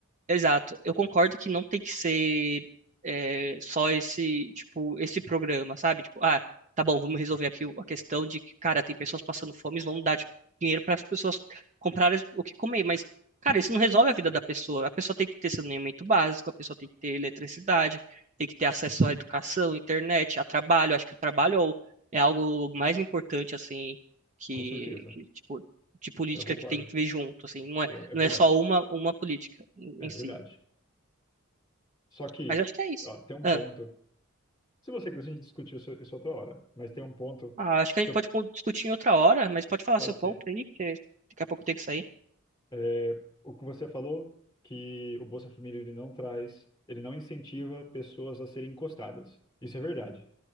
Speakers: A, on the right; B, on the left.
A: Exato. Eu concordo que não tem que ser é, só esse, tipo, esse programa, sabe? Tipo, ah, tá bom, vamos resolver aqui o- a questão de que, cara, tem pessoas passando fome, vamos dar, tipo, dinheiro para as pessoas comprarem o que comer, mas, cara, isso não resolve a vida da pessoa. A pessoa tem que ter saneamento básico, a pessoa tem que ter eletricidade, tem que ter acesso à educação, internet, a trabalho. Acho que o trabalho é o- é algo mais importante, assim, que,
B: Com certeza,
A: que, tipo, de política
B: eu concordo.
A: que tem que ver junto, assim, não
B: Eu,
A: é,
B: é
A: não
B: verdade,
A: é só uma, uma política em,
B: é
A: em
B: verdade.
A: si.
B: Só que,
A: Mas acho que é isso.
B: ó, tem um
A: Ah,
B: ponto. Se você quiser, a gente discutir isso, isso outra hora, mas tem um ponto.
A: ah, acho que a
B: que
A: gente
B: eu
A: pode co- discutir em outra hora, mas pode falar
B: Pode
A: seu ponto
B: ser.
A: aí, que daqui a pouco eu tenho que sair.
B: É, o que você falou, que o Bolsa Família ele não traz, ele não incentiva pessoas a serem encostadas. Isso é verdade.